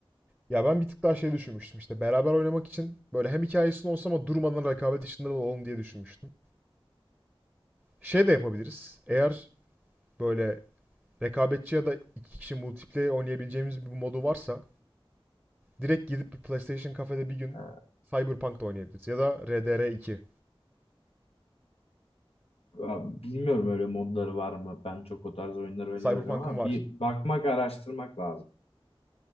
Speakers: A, in the centre; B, on the left (about 80°).
A: Ya ben bir tık daha şey düşünmüştüm işte beraber oynamak için böyle hem hikayesini olsa ama durmadan rekabet içinde de olalım diye düşünmüştüm. Şey de yapabiliriz. Eğer böyle rekabetçi ya da iki kişi multiplayer oynayabileceğimiz bir modu varsa Direkt gidip bir PlayStation kafede bir gün
B: Ee,
A: Cyberpunk da oynayabiliriz. Ya da RDR2.
B: Ya bilmiyorum öyle modları var mı? Ben çok o tarz oyunlar oynamıyorum
A: Cyberpunk'ın
B: ama
A: var.
B: bir bakmak, araştırmak lazım.